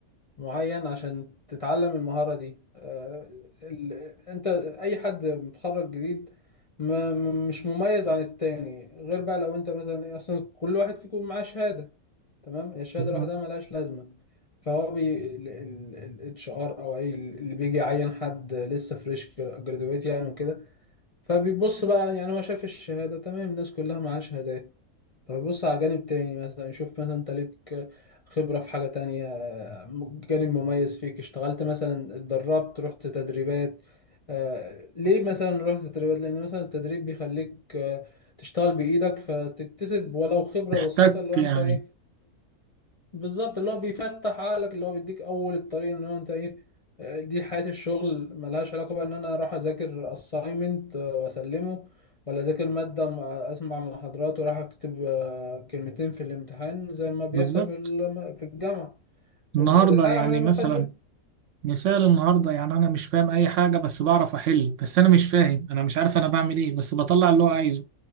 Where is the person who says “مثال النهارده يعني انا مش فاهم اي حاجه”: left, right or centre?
Right